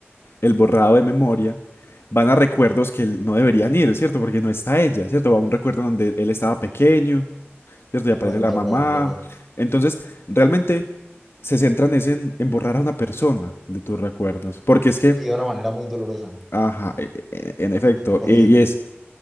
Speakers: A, on the left (about 65°); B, in the centre.
A: el borrado de memoria, van a recuerdos que él- no deberían ir, ¿cierto? Porque no está ella, ¿cierto? Va a un recuerdo donde él estaba pequeño, ¿cierto?
B: Bueno,
A: Y aparece la
B: es verdad,
A: mamá.
B: es verdad.
A: Entonces, realmente se centran es en, en borrar a una persona de tus recuerdos. Porque es que,
B: Y de una manera muy dolorosa.
A: ajá, e- e- e, en efecto,
B: por
A: e-
B: cierto.
A: y es.